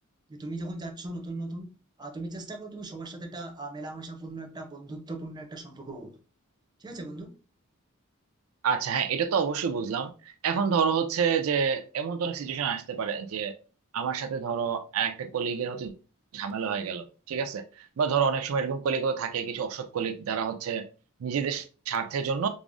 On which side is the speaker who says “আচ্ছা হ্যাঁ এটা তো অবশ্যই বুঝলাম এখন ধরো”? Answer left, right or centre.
Right